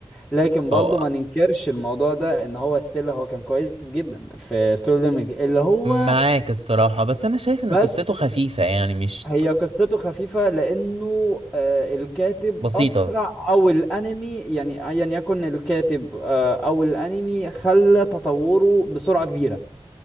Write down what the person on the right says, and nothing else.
هو
معاك الصراحة بس أنا شايف إن
قصته خفيفة يعني مش
بسيطة